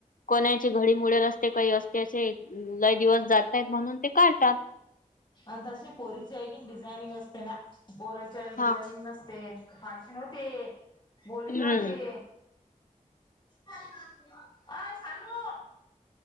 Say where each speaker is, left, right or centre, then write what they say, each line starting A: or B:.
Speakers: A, on the left; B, on the left.
A: कोणाची घडी मुडेल असते काही असते असे, ल.. लय दिवस जात नाही म्हणून ते काडतात.
B: आणि तसे पोरीचे आहे की डिझायनिंग असते ना, पोऱयची डिझायनिंग
A: हा
B: नसते. फारशे नव्हते, बोलीन
A: हम्म
B: होते. ओ.. सांगा हो